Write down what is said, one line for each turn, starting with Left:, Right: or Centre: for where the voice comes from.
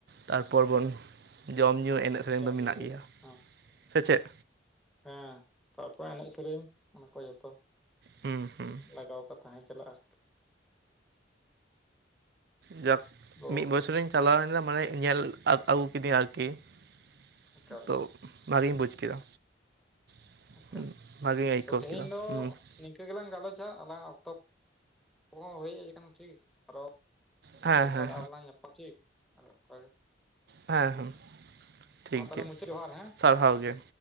Right: ᱛᱟᱨᱯᱚᱨ ᱵᱚᱱ ᱡᱚᱢ ᱧᱩ ᱮᱱᱮᱡ ᱥᱮᱨᱮᱧ
Centre: ᱡᱚᱢ
Right: ᱫᱚ ᱢᱮᱱᱟᱜ
Centre: ᱧᱩ ᱦᱩᱭᱩᱜᱼᱟ
Right: ᱜᱮᱭᱟ
Centre: ᱦᱚᱸ,
Right: ᱾ᱥᱮ ᱪᱮᱫ?
Centre: ᱦᱮᱸ ᱯᱟᱛᱟ ᱮᱱᱮᱡ ᱥᱮᱨᱮᱧ ᱚᱱᱟ ᱠᱚ ᱡᱷᱚᱛᱚ
Right: ᱦᱩᱸ ᱦᱩᱸ ᱾
Centre: ᱞᱟᱜᱟᱣ ᱟᱠᱟ ᱛᱟᱦᱮᱸ ᱪᱟᱞᱟᱜᱼᱟ ᱟᱨᱠᱤ
Right: ᱡᱟᱠ
Centre: ᱚ
Right: ᱢᱤᱫ ᱵᱚᱪᱷᱚᱨᱤᱧ ᱪᱟᱞᱟᱣᱞᱮᱱᱟ ᱢᱟᱱᱮ ᱧᱮᱞ ᱟᱹᱜᱩ ᱟᱹᱜᱩ ᱠᱤᱫᱤᱧ ᱟᱨᱠᱤ ᱾
Centre: ᱮᱠᱟᱞ
Right: ᱛᱳ ᱵᱷᱹᱜᱤᱧ ᱵᱩᱡᱽ ᱠᱮᱫᱟ ᱾
Centre: ᱮᱠᱟᱞ
Right: ᱵᱷᱟᱜᱮᱧ ᱟᱹᱭᱠᱟᱹᱣ
Centre: ᱛᱚ ᱛᱮᱦᱮᱧ
Right: ᱠᱮᱫᱟ
Centre: ᱫᱚ
Right: ᱦᱩᱸ ᱾
Centre: ᱱᱤᱝᱠᱟᱹ ᱜᱮᱞᱟᱝ ᱜᱟᱞᱚᱪᱟ ᱟᱞᱟᱝᱼᱟᱜ ᱚᱠᱛᱚ ᱠᱚᱦᱚᱸ ᱦᱳᱭ ᱦᱮᱡ ᱠᱟᱱᱟ ᱴᱷᱤᱠ ᱟᱨᱚ
Right: ᱦᱮᱸ
Centre: ᱫᱚᱥᱟᱨ
Right: ᱦᱮᱸ
Centre: ᱟᱨᱞᱟᱝ ᱧᱟᱯᱟᱢᱟ ᱴᱷᱤᱠ ᱚᱱᱠᱟᱜᱮ ᱾
Right: ᱦᱮᱸ
Centre: ᱦᱩᱸ
Right: ᱦᱮᱸ ᱴᱷᱤᱠ
Centre: ᱢᱟ ᱛᱟᱦᱞᱮ
Right: ᱜᱮᱭᱟ
Centre: ᱢᱩᱪᱟᱹᱫ ᱡᱚᱦᱟᱨ ᱦᱮᱸ
Right: ᱥᱟᱨᱦᱟᱣ
Centre: ᱴᱷᱤᱠ
Right: ᱜᱮ ᱾